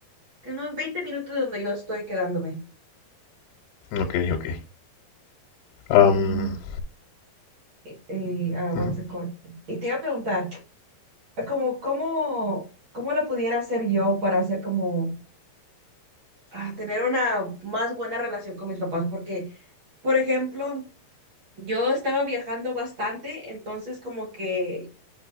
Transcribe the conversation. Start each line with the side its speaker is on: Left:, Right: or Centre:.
Right: unos 20 minutos de donde yo estoy quedándome.
Left: Ok, ok. Am,
Right: Y, y, y, ah, what's
Left: ujú,
Right: it called? Y te iba a preguntar, como, ¿cómo, cómo lo pudiera hacer yo para hacer como, ah, tener una más buena relación con mis papás? Porque, por ejemplo, yo estaba viajando bastante, entonces como que